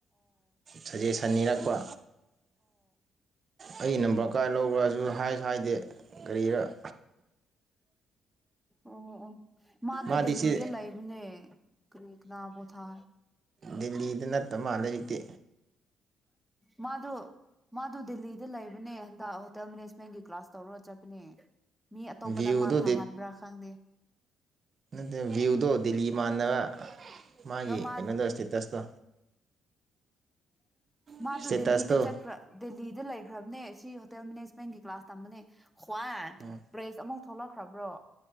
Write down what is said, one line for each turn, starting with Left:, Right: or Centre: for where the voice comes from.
Right: ꯁꯖꯦꯁꯟ ꯅꯤꯔꯛꯄ ꯑꯩ ꯅꯝꯕꯔ ꯀꯥꯏ ꯂꯧꯕ꯭ꯔꯥꯁꯨ ꯍꯥꯏꯁꯨ ꯍꯥꯏꯗꯦ ꯀꯔꯤꯔꯥ
Centre: ꯑꯣ ꯑꯣ ꯃꯥ ꯑꯗꯨ
Right: ꯃꯥꯗꯤ
Centre: ꯗꯜꯂꯤꯗ
Right: ꯁꯤ
Centre: ꯂꯩꯕꯅꯦ ꯀꯔꯤ ꯀꯅꯥ ꯄꯣ ꯊꯥ
Right: ꯗꯦꯂꯤꯗ ꯅꯠꯇ ꯃꯥꯜꯂꯦ ꯇꯦ
Centre: ꯃꯥꯗꯨꯨ ꯃꯥꯗꯨ ꯗꯦꯂꯤꯗ ꯂꯩꯕꯅꯦ ꯍꯟꯗꯛ ꯍꯣꯇꯦꯜ ꯃꯦꯅꯦꯖꯃꯦꯟꯒꯤ ꯀ꯭ꯂꯥꯁ ꯇꯧꯔꯒ ꯆꯠꯄꯅꯦ ꯃꯤ ꯑꯇꯣꯞꯄꯗ
Right: ꯚ꯭ꯌꯨꯗꯣ
Centre: ꯃꯥ ꯊꯥꯍꯟꯕ꯭ꯔꯥ ꯈꯪꯗꯦ
Right: ꯅꯠꯇꯦ ꯚ꯭ꯌꯨꯗꯣ ꯗꯤꯜꯂꯤ ꯃꯥꯟꯅꯕ ꯃꯥꯒꯤ
Centre: ꯅꯣ ꯃꯥ
Right: ꯀꯩꯅꯣꯗꯣ ꯏꯁꯇꯦꯇꯁꯇꯣ
Centre: ꯃꯥꯗꯨ
Right: ꯏꯁꯇꯦꯇꯁꯇꯣ
Centre: ꯗꯦꯜꯂꯤꯗ ꯆꯠꯈ꯭ꯔ ꯗꯦꯜꯂꯤꯗ ꯂꯩꯈ꯭ꯔꯕꯅꯦ ꯁꯤ ꯍꯣꯇꯦꯜ ꯃꯦꯅꯦꯖꯃꯦꯟꯒꯤ ꯀ꯭ꯂꯥꯁ ꯇꯝꯕꯅꯦ ꯍ꯭ꯋꯥꯟ
Right: ꯎꯝ
Centre: ꯄ꯭ꯔꯦꯁ ꯑꯃꯛ ꯊꯣꯛꯂꯛꯈ꯭ꯔꯕ꯭ꯔꯣ